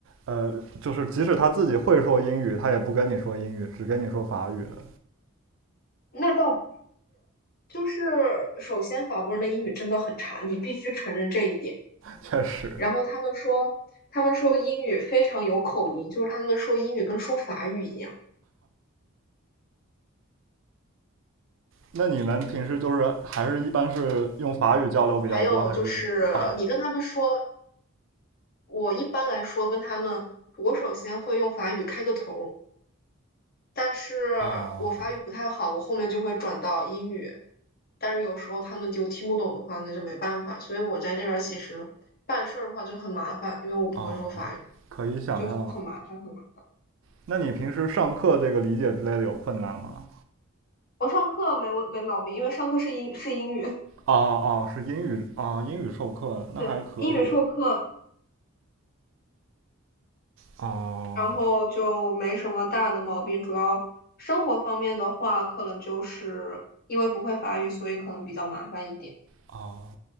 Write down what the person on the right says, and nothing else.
呃，就是即使他自己会说英语，他也不跟你说英语，只跟你说法语的。
确实，
那你们平时就是还是一般是用法语交流比较多，
还是啊
啊
啊？可以想象。
那你平时上课这个理解之类的有困难吗？
哦哦，是英语啊，英语授课那还可以。
哦
哦，